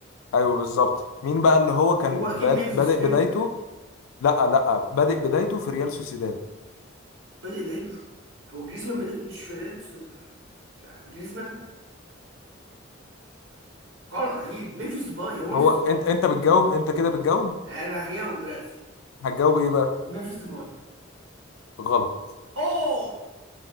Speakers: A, on the left; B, on the right.
A: ايوه بالظبط مين بقى اللي هو كان
B: هو اكيد
A: باد-
B: ممفيس
A: بادئ
B: ممفيس
A: بدايته لا لا بادئ بدايته في ريال سوسيداد
B: بدأ بدايته في- هو جريزمان بدايته مش في ريال سوس- جريزمان غلط اكيد ممفيس ديباي هو ممفيس
A: هو
B: ديباي
A: انت انت بتجاوب انت كده بتجاوب
B: انا هجاوب دلوقتي
A: هتجاوب ايه بقى
B: منفس ديباي
A: غلط
B: اوه